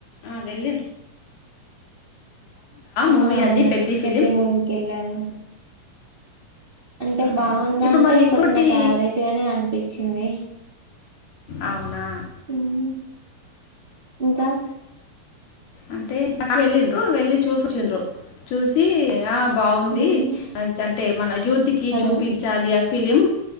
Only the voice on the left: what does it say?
ఆ వెళ్ళిం
మూవీ
అది పెద్ద
ఫిలిం
ఆహా.
ఇప్పుడు
మళ్ళీ ఇంకోటి
అవునా
అంటే ఫస్ట్ వెళ్ళండ్రు వెళ్లి చూసోచిండ్రు చూసి ఆ బాగుంది
అంటే మన యూత్కి
చూపించాలి అ ఫిలిం